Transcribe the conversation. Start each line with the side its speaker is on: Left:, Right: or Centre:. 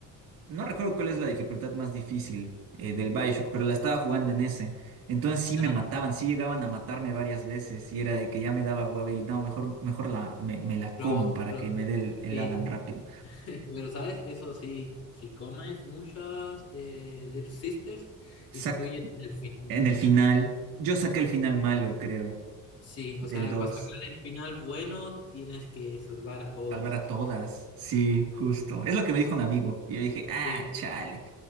Right: No recuerdo cuál es la dificultad más difícil eh, del Bioshock, pero la estaba jugando en ese. Entonces sí
Left: ya.
Right: me mataban, sí llegaban a matarme varias veces y era de que ya me daba hueva y no, mejor, mejor la, me, me la
Left: Pero,
Right: como para
Left: pero,
Right: que me dé el, el
Left: sí,
Right: Adam rápido.
Left: Pero, ¿sabes? Eso sí, si comes muchas eh, Little Sisters,
Right: Sac
Left: influyen en el final.
Right: en el
Left: O
Right: final,
Left: sea,
Right: yo saqué
Left: exacto.
Right: el final malo, creo,
Left: Sí,
Right: del
Left: o sea,
Right: dos
Left: para sacar el final bueno, tienes que salvar a todas.
Right: Salvar a
Left: o sea,
Right: todas, sí, justo. Es lo que me dijo un amigo. Y yo dije, ah,
Left: sí,
Right: chale.